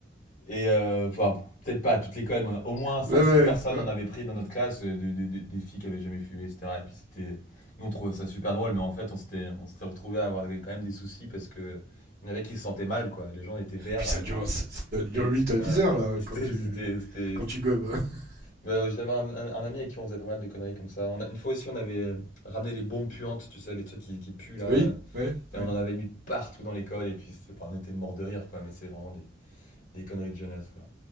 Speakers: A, on the left; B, on the right.
A: Et euh, enfin, peut-être pas à toute l'école, mais on a- au moins cinq
B: Ouais, ouais,
A: six personnes
B: ouais.
A: en avait pris dans notre classe, euh, des, des- des- des filles qui avaient jamais fumé, etc. Et puis c'était. Nous on trouvait ça super drôle, mais en fait on s'était on s'était retrouvés à avoir quand même des soucis parce que il y en avait qui se sentaient mal, quoi. Les gens étaient verts.
B: Puis ça
A: euh,
B: dure, ça dure
A: Et
B: 8 à
A: voilà.
B: 10 heures, là,
A: Et C'était
B: quand tu,
A: c'était- c'était-
B: quand tu gobes. <laughs>
A: Bah, j'avais un, un- un ami avec qui on faisait pas mal de conneries comme ça. On a, une fois aussi, on avait ramené les bombes puantes, tu sais, les trucs qui, qui puent là. euh,
B: Oui, oui,
A: Et
B: oui,
A: on en avait mis partout dans l'école. Et puis, c'est pas, on était mort de rire, quoi. Mais c'est vraiment des, des conneries de jeunesse, quoi.